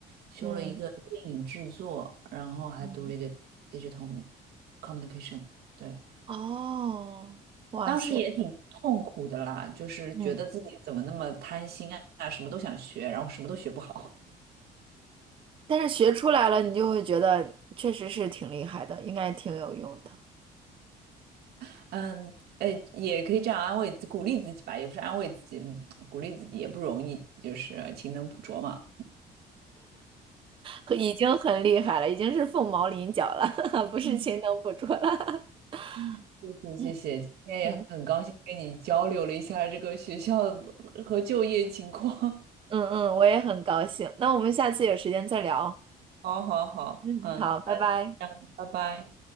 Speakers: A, on the right (about 70°); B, on the right (about 30°).
A: 修了一个电影制作，
B: 嗯
A: 然后还读了一个
B: 嗯，
A: digital communication，对。
B: 哦，哇塞。
A: 当时也挺痛苦的啦，就是觉得自己怎么那么贪心啊，
B: 嗯。
A: 什么都想学，然后什么都学不好。
B: 但是学出来了，你就会觉得确实是挺厉害的，应该挺有用的，
A: <laughs> 嗯，哎，也可以这样安慰自鼓励自己吧，也不是安慰自己，嗯，鼓励自己也不容易，就是勤能补拙嘛。
B: 和已经很厉害了，已经是凤毛麟角了，<laughs> 不是勤能补拙了。
A: 嗯
B: <laughs>
A: 嗯，谢谢谢谢，
B: 嗯
A: 今天也很高兴跟你交流了一下这个学校的呃和就业情况。
B: 嗯
A: <laughs>
B: 嗯嗯，我也很高兴。那我们下次有时间再聊。
A: 好好好，
B: 嗯，
A: 嗯，
B: 好，拜拜。
A: 这样，拜拜。